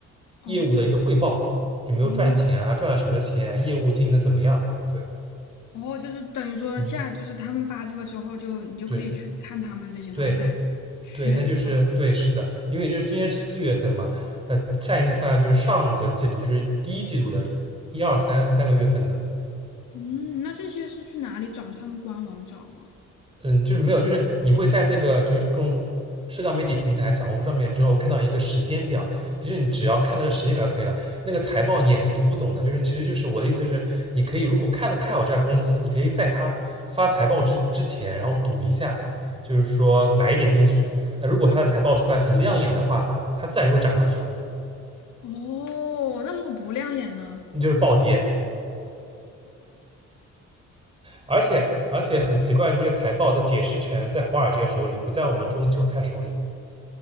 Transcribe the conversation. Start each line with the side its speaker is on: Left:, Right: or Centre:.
Right: 业务的一个汇报，
Left: 哦
Right: 有没有赚钱啊，
Left: 哦
Right: 赚了什么钱，业务经营的怎么样？对，
Left: 哦，就是等于说下就是他们发这个之后就，
Right: 嗯，
Left: 你就可以去看他们这些，
Right: 对对
Left: 然后再选要不要买。
Right: 对，那就是对，是的，因为就是今天是四月份嘛，那下一次发就是上个季度，就是第一季度的一二三三个月份的。
Left: 嗯，那这些是去哪里找？他们官网找吗？
Right: 嗯，就是没有，就是你会在那个就是各种社交媒体平台、小红书上面之后看到一个时间表，其实你只要看到这时间表就可以了。那个财报你也是读不懂的，就是其实就是我的意思就是，你可以如果看的看好这家公司，你可以在它发财报之之前，然后赌一下，就是说买一点进去。那如果它的财报出来很亮眼的话，它自然就会涨上去了，
Left: 哦，那如果不亮眼呢？
Right: 你就是暴跌。而且而且很奇怪，的这个财报的解释权在华尔街手里，不在我们这种韭菜手里。